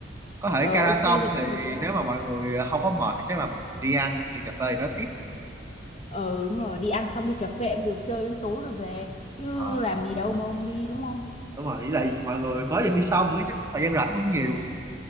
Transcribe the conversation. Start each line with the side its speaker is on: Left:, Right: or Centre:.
Right: có thể
Left: ờ,
Right: Kara
Left: ok
Right: xong
Left: thì
Right: thì
Left: có gì gọi
Right: nếu mà mọi người không có mệt thì chắc là mình đi ăn hoặc đi cà phê gì đó tiếp
Left: ờ đúng rồi đi ăn xong đi cà phê cũng được chơi đến tối rồi về chứ
Right: ờ,
Left: làm gì đâu mà không đi đúng không
Right: đúng rồi với lại mọi người mới vừa thi xong nữa chắc thời gian rảnh cũng nhiều
Left: ừ